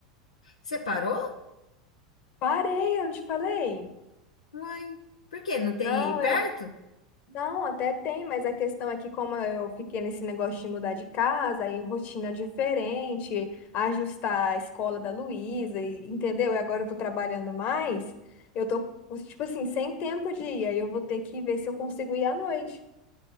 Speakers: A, on the left; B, on the left.
A: Você parou?
B: Parei, eu não te falei?
A: Uai, por quê? Não tem
B: Não,
A: aí perto?
B: Não, até tem, mas a questão é que como eu fiquei nesse negócio de mudar de casa, aí rotina diferente, ajustar a escola da Luísa, e- entendeu? E agora eu tô trabalhando mais, eu tô, tipo assim, sem tempo de ir, aí eu vou ter que ver se eu consigo ir à noite.